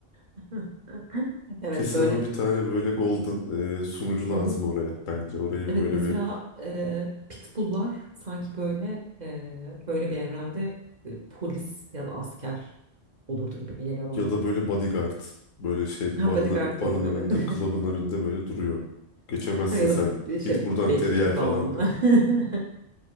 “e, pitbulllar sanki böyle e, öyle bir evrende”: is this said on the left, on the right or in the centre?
Right